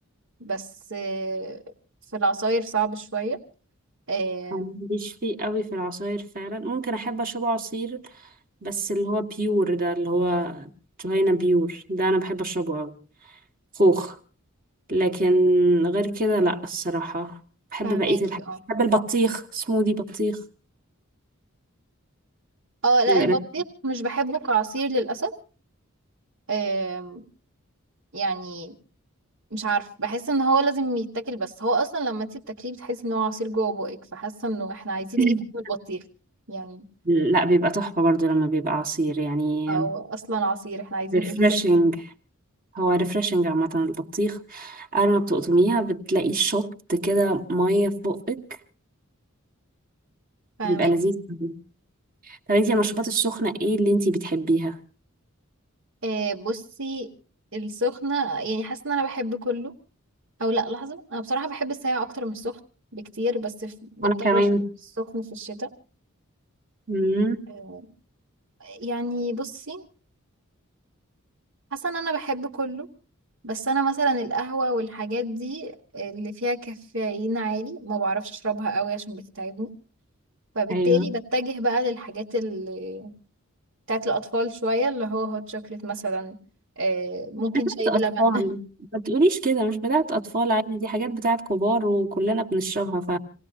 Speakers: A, on the right (about 65°); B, on the right (about 40°).
A: بس آه، في العصاير صعب شوية آه،
B: أنا ماليش فيه قوي في العصاير فعلا ممكن احب اشرب عصير بس اللي هو بيور ده اللي هو جهينة بيور ده انا بحب اشربه قوي خوخ لكن غير كده لا الصراحة بحب
A: فهماكي
B: بقية الحاجات
A: اه
B: بحب البطيخ سموذي بطيخ
A: اه لا
B: بيبقى
A: البطيخ
B: لذيذ
A: مش بحبه كعصير للأسف آم، يعني مش عارف بحس ان هو لازم يتاكل بس هو اصلا لما انت بتاكليه بتحسي ان هو عصير جوه بقك فحاسه انه احنا عايزين
B: <laughs>
A: ايه تاني من البطيخ يعني
B: لا بيبقى تحفة برضو لما بيبقى عصير يعني
A: او اصلا عصير احنا عايزين
B: ريفرشنج
A: ايه منه تاني
B: هو ريفرشنج عامة البطيخ أول ما بتقطميها بتلاقي شط كده مية في بقك
A: فاهمك
B: بيبقى لذيذ أوي. طب انتي المشروبات السخنة ايه اللي انتي بتحبيها؟
A: آه بصي السخنه يعني حاسه ان انا بحب كله او لا لحظه انا بصراحه بحب الساقع اكتر من السخن بكتير بس في- بضطر
B: وأنا كمان
A: اشرب السخن في الشتاء
B: مم.
A: آه، يعني بصي حاسه ان انا بحب كله بس انا مثلا القهوة والحاجات دي اللي فيها كافيين عالي ما بعرفش اشربها قوي عشان بتتعبني فبالتالي
B: أيوه
A: بتجه بقى للحاجات اللي بتاعت الاطفال شوية اللي هو هوت شوكليت مثلا آه، ممكن
B: بتاعت
A: شاي بلبن
B: أطفال
A: <laughs>
B: ما تقوليش كده مش بتاعت أطفال عادي دي حاجات بتاعت كبار وكلنا بنشربها ف